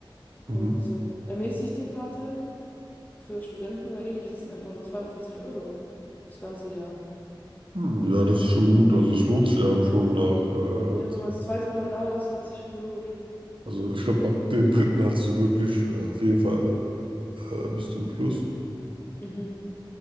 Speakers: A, on the right; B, on the left.
A: Mhm.
B: Und so eine ermäßigte Karte für Studenten oder ähnliches sind einfach nur 42 Euro fürs ganze Jahr.
A: Hm, ja,
B: Dachte
A: das ist
B: schon,
A: schon gut. Also es lohnt sich ja schon nach äh,
B: Ja, wenn
A: Zeit.
B: man das zweite Mal da ist, hat sich schon gelohnt.
A: Also ich glaube, ab den dritten hast du wirklich äh, auf jeden Fall äh, bist du im Plus.
B: Mhm.